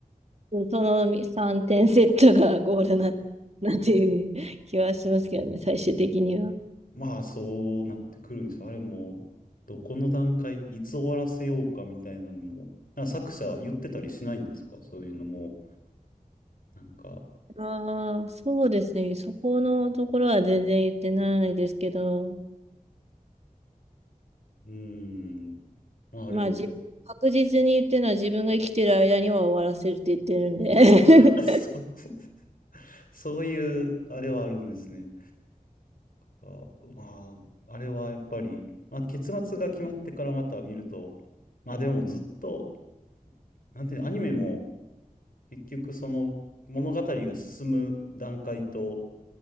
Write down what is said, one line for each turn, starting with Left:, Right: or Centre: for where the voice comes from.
Right: うんその3点セットがゴールな、なんていう気はしますけどね、最終的には。
Left: まあ、そうなってくるんですよ。あれも、どこの段階、いつ終わらせようかみたいなのも、なんか作者言ってたりしないんですかそういうのも。なんか、
Right: ああ、そうですね。そこのところは全然言ってないですけど、
Left: うーん、まあ、あれも、
Right: まあ、じ、確実に言ってるのは自分が生きてる間には終わらせるって言ってるんで。
Left: <laughs>
Right: <laughs>
Left: そう、<laughs> そういう、あれはあるんですね。あ、まあ、あれはやっぱり、まあ、結末が決まってからまた見ると、まあでもずっと、なんていうの、アニメも結局その物語が進む段階と、